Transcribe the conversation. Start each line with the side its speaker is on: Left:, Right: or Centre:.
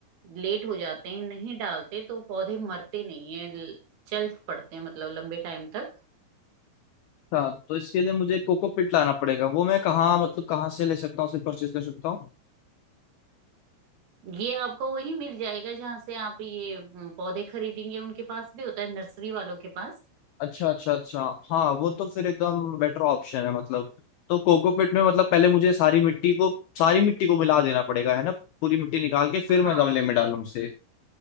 Right: लेट हो जाते हैं नहीं डालते तो पौधे मरते नहीं है ल- चल पड़ते हैं मतलब लंबे टाइम तक
Left: अच्छा तो इसके लिए मुझे कोकोपीट लाना पड़ेगा वो मैं कहाँ मतलब कहाँ से ले सकता हूँ उसे परचेज कर सकता हूँ
Right: ये आपको वही मिल जाएगा जहां से आप ये म, पौधे खरीदेंगे उनके पास भी होता है नर्सरी वालों के पास
Left: अच्छा अच्छा अच्छा हाँ वो तो फिर एकदम बेटर ऑप्शन है मतलब तो कोकोपीट में मतलब पहले मुझे सारी मिट्टी को सारी मिट्टी को मिला देना पड़ेगा है ना पूरी मिट्टी निकाल के फिर मैं
Right: हाँ
Left: गमले में डालूं उसे